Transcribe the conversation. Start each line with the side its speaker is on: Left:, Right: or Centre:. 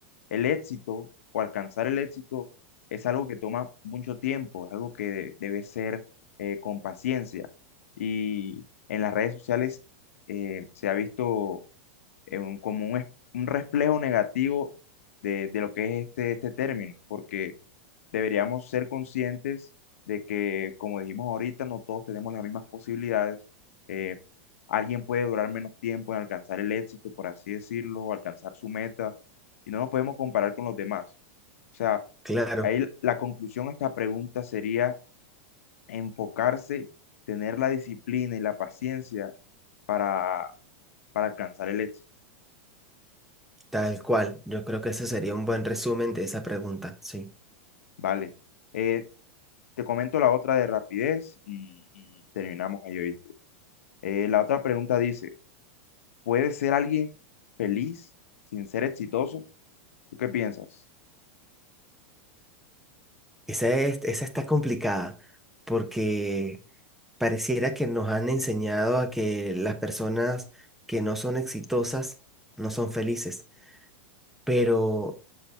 Left: el éxito o alcanzar el éxito es algo que toma mucho tiempo, es algo que de- debe ser eh, con paciencia. Y en las redes sociales eh, se ha visto eh, un- como un, es- un reflejo negativo de, de lo que es este, este término, porque deberíamos ser conscientes de que, como dijimos ahorita, no todos tenemos las mismas posibilidades. eh, alguien puede durar menos tiempo en alcanzar el éxito, por así decirlo, o alcanzar su meta, y no nos podemos comparar con los demás. O sea,
Centre: Claro,
Left: ahí l- la conclusión a esta pregunta sería enfocarse, tener la disciplina y la paciencia para, para alcanzar el éxito,
Centre: tal cual. Yo creo que ese sería un buen resumen de esa pregunta, sí.
Left: ¿vale? Eh, Te comento la otra de rapidez y, y terminamos ahí, ¿oíste? Eh, la otra pregunta dice, ¿puede ser alguien feliz sin ser exitoso? ¿Tú qué piensas?
Centre: Esa es, esa está complicada porque... pareciera que nos han enseñado a que las personas que no son exitosas no son felices. Pero